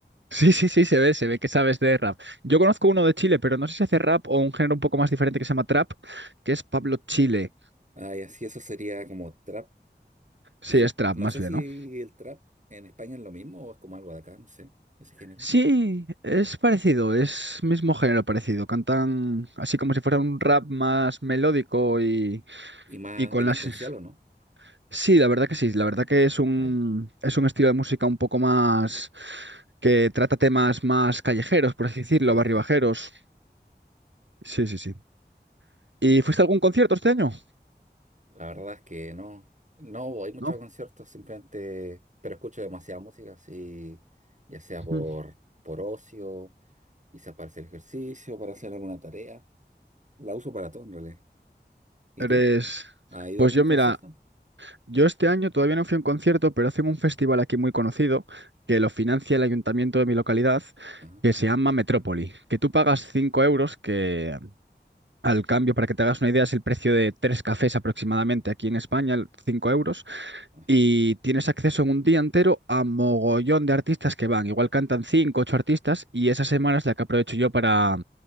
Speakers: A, on the right; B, on the right.
A: Sí, sí, sí, se ve, se ve que sabes de rap. Yo conozco uno de Chile, pero no sé si hace rap o un género un poco más diferente que se llama trap, que es Pablo Chile.
B: Ah, y así eso sería como trap,
A: Sí,
B: y el,
A: es trap,
B: no
A: más
B: sé
A: bien,
B: si
A: ¿no?
B: el trap en España es lo mismo o es como algo de acá, no sé, ese género.
A: Sí, es parecido, es mismo género parecido. Cantan así como si fuera un rap más melódico y,
B: Y más
A: y con
B: delincuencial
A: las
B: o no.
A: Sí, la verdad que sí, la verdad que es un,
B: Ah, ya,
A: es un estilo de música un poco más que trata temas más callejeros, por así decirlo,
B: sí,
A: barribajeros.
B: sí.
A: Sí, sí, sí. ¿Y fuiste a algún concierto este año?
B: La verdad es que no, no voy mucho
A: ¿No?
B: a conciertos, simplemente, pero escucho demasiada música, así, ya sea por,
A: Mm.
B: por ocio, quizás para hacer ejercicio, para hacer alguna tarea. La uso para todo en realidad. ¿Y
A: Eres...
B: tú? ¿Has ido
A: Pues
B: a algún
A: yo,
B: concierto?
A: mira, yo este año todavía no fui a un concierto, pero hacen un festival aquí muy conocido que lo financia el ayuntamiento de mi localidad,
B: Ajá,
A: que se llama Metrópoli, que tú pagas 5 euros, que al cambio, para que te hagas una idea, es el precio de tres cafés aproximadamente aquí en España, 5 euros.
B: ajá.
A: Y tienes acceso en un día entero a mogollón de artistas que van. Igual cantan cinco, ocho artistas y esa semana es la que aprovecho yo para,